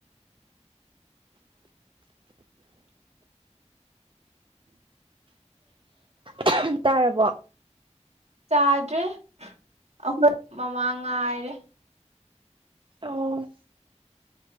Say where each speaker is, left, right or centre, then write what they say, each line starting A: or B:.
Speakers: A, on the right; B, on the right.
A: <inaudible>
B: ꯎꯍꯨꯝ ꯇꯥꯔꯕꯣ
A: ꯆꯥꯗ꯭ꯔꯤ ꯑꯈꯣꯏ ꯃꯃꯥ ꯉꯥꯏꯔꯤ
B: ꯑꯣ